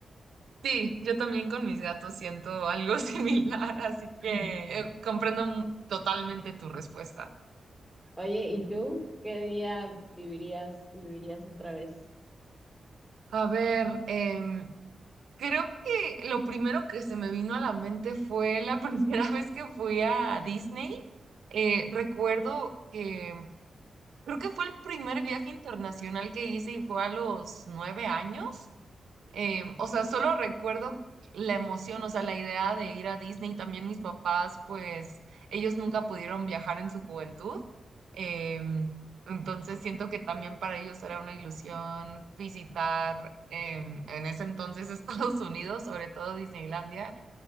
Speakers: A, on the right; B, in the centre.
A: Sí, yo también con mis gatos siento algo <laughs> similar, así
B: <laughs>
A: que eh, comprendo mu- totalmente tu respuesta.
B: Oye, ¿y tú qué día vivirías y vivirías otra vez?
A: A ver, em, creo que lo primero que se me vino a la mente fue la <laughs> primera vez que fui a Disney. Eh, recuerdo que creo que fue el primer viaje internacional que hice y fue a los nueve años. Eh, o sea, solo recuerdo la emoción, o sea, la idea de ir a Disney. También mis papás, pues, ellos nunca pudieron viajar en su juventud. Em, entonces siento que también para ellos era una ilusión visitar em, en ese entonces <laughs> Estados Unidos, sobre todo Disneylandia.